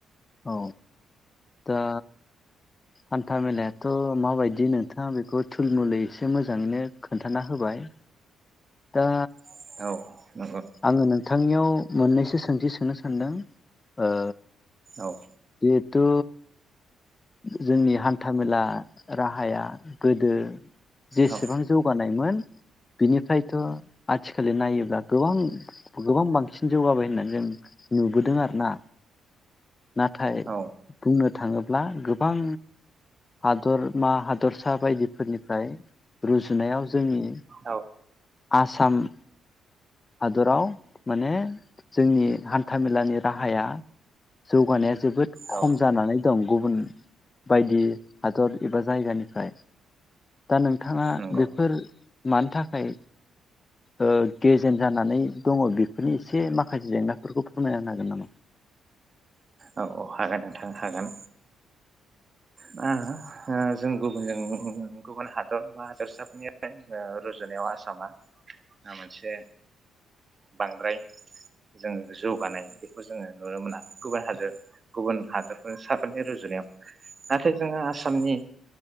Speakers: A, on the left; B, on the right.
A: औ दा हान्था मेलायाथ' माबायदि नोंथाङा बेखौ थुलमुलै एसे मोजाङैनो खोन्थाना होबाय। दा
B: औ। नंगौ
A: आङो नोंथां नोंथांनियाव मोननैसो सोंथि सोंनो सानदों ओ
B: औ।
A: जिहेथु जोंनि हान्थामेला राहाया गोदो जेसेबां
B: औ
A: जौगानायमोन बिनिफ्रायथ' आथिखालै नायोब्ला गोबां बांसिन जौगाबाय होनना जों नुबोदों आरोना। नाथाय
B: औ
A: बुंनो थाङोब्ला गोबां हादर मा हादरसा बायदिफोरनिफ्राय रुजुनायाव जोंनि
B: औ
A: आसाम दराव माने जोंनि हान्था मेलानि राहाया जौगानाय जोबोद खम
B: औ
A: जानानै दं गुब गुबुन बायदि हादर एबा जायगानिफ्राय दा नोंथाङा
B: नंगौ
A: बेफोर मानि थाखाय ओ गेजेन जानानै दङ' बेफोरनि एसे माखासे जेंनाफोरखौ फोरमाना होनो हागोन नामा?
B: औ औ हागोन नोंथां हागोन। दा ओ जों गुबु जों गुबुन हादर बा हादोरसाफोरनि ओ रुजुनायाव आसामा मोनसे बांद्राय जोङो जौगानाय बेखौ जोङो नुनो मोना गुबुन हादोर गुबुन हादरफोरसाफोरनि रुजुनायाव नाथाय जोङो आसामनि